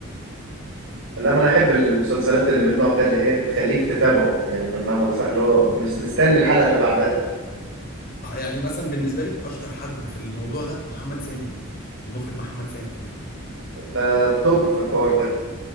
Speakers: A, on the right; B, on the left.
A: لا ما انا احب المسلسلات اللي من النوع ده اللي هي بتخليك تتابعه يعني بالمعنى الاصح اللي هو مش مستني الحلقة اللي بعدها
B: آه، يعني مثلا بالنسبه لي اشطر حد في الموضوع ده محمد سامي المخرج محمد سامي
A: ده توب في الحوار ده